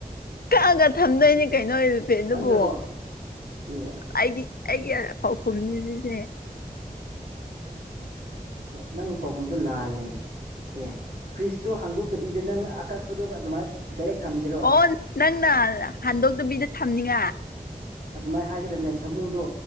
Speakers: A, on the left; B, on the right.
A: ꯀꯛꯑꯒ ꯊꯝꯗꯣꯏꯅꯦ ꯀꯩꯅꯣ ꯏꯂꯤꯐꯦꯟꯗꯨꯕꯨ
B: ꯈꯪꯗ꯭ꯔꯕꯣ ꯑꯦ
A: ꯑꯩꯒꯤ ꯑꯩꯒꯤ ꯄꯥꯎꯈꯨꯝ ꯖꯤ ꯁꯤꯁꯤꯅꯦ
B: ꯅꯪꯒꯤ ꯄꯥꯎꯈꯨꯝꯗꯣ ꯂꯥꯜꯂꯦ ꯑꯦ ꯐ꯭ꯔꯤꯖꯇꯣ ꯍꯥꯡꯗꯣꯛꯇꯕꯤꯗ ꯅꯪ ꯑꯀꯛꯄꯗꯣꯒ ꯑꯗꯨꯃꯥꯏ ꯗꯔꯦꯛ ꯊꯝꯒꯦꯔꯣ
A: ꯑꯣ ꯅꯪꯅ ꯍꯥꯥꯟꯗꯣꯛꯇꯕꯤꯗ ꯊꯝꯅꯤꯡꯉ
B: ꯑꯗꯨꯃꯥꯏ ꯍꯥꯏꯒꯗꯝꯅꯦ ꯁꯃꯨꯗꯣ